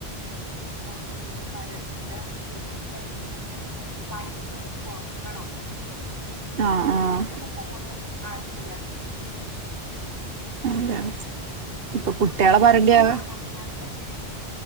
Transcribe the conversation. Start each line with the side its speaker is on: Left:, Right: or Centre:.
Left: ട്ട നമ്മൾ സ്ക്രീൻ ടൈം നമ്മള് പറേണത് കോർക്കണം
Right: ആഹ് ആഹ്
Left: പോണ് ആത്ഭല്ലാക്
Right: <unintelligible> ഇപ്പൊ കുട്ടികളെ
Left: ഞമ്മള് ഞമ്മള്
Right: പറഞ്ഞിട്ട്
Left: മാതാപിതാക്കള് തന്നെയോണ്